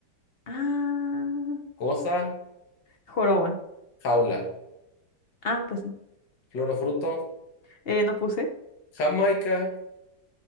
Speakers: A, on the left; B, on the left.
A: Ah,
B: Cosa,
A: Joroba.
B: jaula.
A: Ah, pues sí.
B: Flor o fruto,
A: Eh, no puse.
B: Jamaica.